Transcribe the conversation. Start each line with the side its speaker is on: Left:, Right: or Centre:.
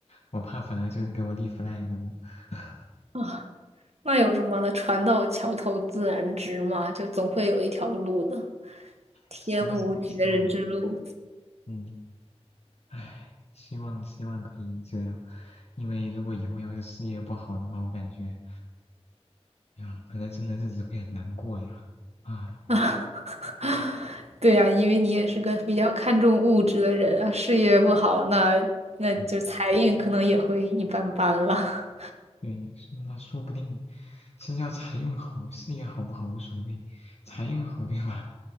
Left: 我怕反而就是给我立 flag 了。<laughs>
Right: 啊，那有什么的？船到桥头自然直嘛，就总会有一条路的。天无绝人之路，
Left: 希望吧，希望吧，嗯，唉，希望希望可以这样，因为如果以后要是事业不好的话，我感觉，哎呀，可能真的日子会很难过呀，啊，
Right: 啊，<laughs> 对呀，因为你也是个比较看重物质的人啊，事业不好，那那就财运可能也会一般般了。
Left: 嗯。
Right: <laughs>
Left: 对，那说不定是要财运好，事业好不好无所谓，财运好对吧？